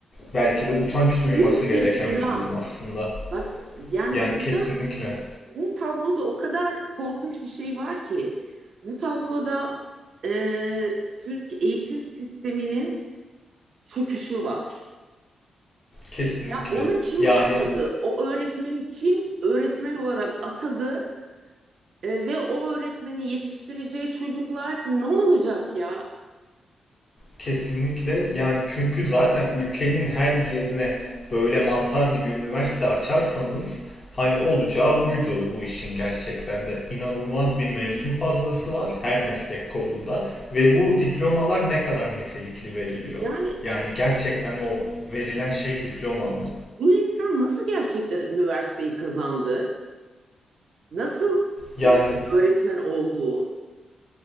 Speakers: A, on the left; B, on the right.
A: belki de utanç duyması
B: Büyük
A: gereken
B: bir dram.
A: bir durum aslında.
B: Bak yani
A: Yani
B: burada
A: kesinlikle.
B: bu tabloda o kadar korkunç bir şey var ki bu tabloda e, Türk eğitim sisteminin çöküşü var.
A: Kesinlikle.
B: Ya onu kim
A: Yani
B: atadı? O öğretmeni kim öğretmen olarak atadı? E, ve o öğretmeni yetiştireceği çocuklar ne olacak ya?
A: kesinlikle yani çünkü zaten ülkenin her bir yerine böyle mantar gibi üniversite açarsanız hani olacağı buydu bu işin gerçekten de. İnanılmaz bir mezun fazlası var her meslek kolunda ve bu diplomalar ne kadar nitelikli veriliyor?
B: Yani
A: Yani gerçekten o verilen şey diploma mı?
B: bu insan nasıl gerçekten üniversiteyi kazandı? Nasıl
A: Yani
B: e, öğretmen oldu?